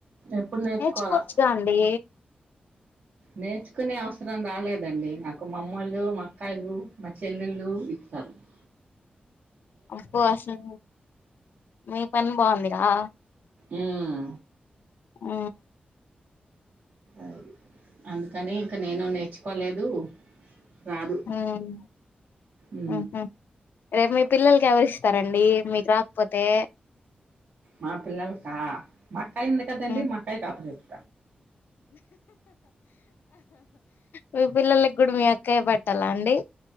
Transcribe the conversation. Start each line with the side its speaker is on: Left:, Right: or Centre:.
Right: ఎప్పుడు నేర్చుకోవాలా
Left: నేర్చుకోవచ్చుగా అండీ
Right: నేర్చుకునే అవసరం రాలేదండి నాకు మా అమ్మోళ్ళు, మా అక్కాయ్ లు, మా చెల్లెళ్ళు ఇత్తారు <inaudible>
Left: అబ్బొ! అసలు మీ పని బాగుందిగా?
Right: ఉమ్
Left: ఊ
Right: అది అందుకని ఇంకా నేను నేర్చుకోలేదు రాదు
Left: మ్మ్
Right: ఊ
Left: ఊహు రేపు మీ పిల్లలకి ఎవరు ఇస్తరండి మీకు రాక్పోతే
Right: మా పిల్లల్కా మక్కాయ్ ఉంది కదండడి
Left: మ్మ్
Right: మక్కాయ్ కి అప్పజెప్
Left: మీ పిల్లలకి కూడా మీ అక్కయ పెట్టాలా అండి